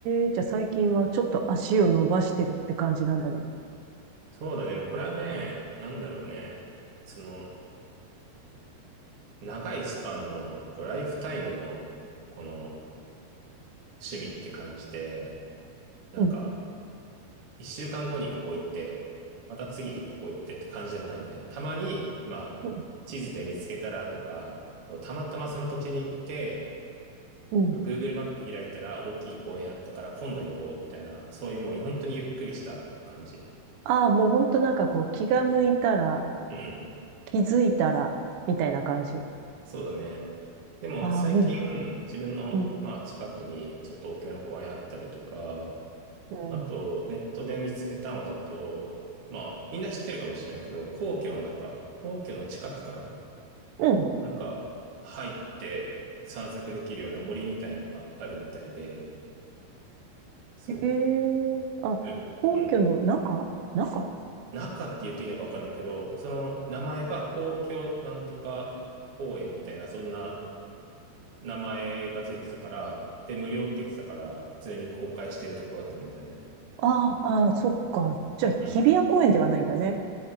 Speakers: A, on the right (about 80°); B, on the right (about 55°).
A: えじゃあ最近はちょっと足を伸ばしてるって感じなんだね。
B: そうだね。もうこれはね、なんだろうね。その、長いスパンの、こう、ライフタイムの、この趣味って感じで、なんか、
A: うん、
B: 一週間後にここ行って、また次ここ行ってって感じでもないんだよね。たまに、まあ、
A: う
B: 地図で見つけたらとか、あとたまたまその土地に行って、
A: ん、うん。
B: Google マップ開いたら大きい公園あったから今度行こうみたいな、そういうもう本当にゆっくりした感じ。
A: ああ、もうほんとなんかこう、気が向いたら、
B: うん。
A: 気づいたら、みたいな感じ。
B: そうだね。でも最近自分のまあ近くにちょっと大きめの公園あったりとか、
A: ああ、うん、うん、うん、
B: あとネットで見つけたのだと、まあみんな知ってるかもしれないけど、皇居の中、皇居の近くかな
A: うん。
B: なんか入って散策できるような森みたいのがあるみたいで、そ
A: へえ、あ、
B: う。えうん。
A: 皇居の中中
B: 中って言っていいのかわかんないけど、その名前が皇居なんとか公園みたいな、そんな名前がついてたから、で、無料って言ってたから、普通に公開してるとこだと思うんだよね。
A: ああ、あ、そっか。じゃあ、
B: うん。
A: 日比谷公園ではないんだね。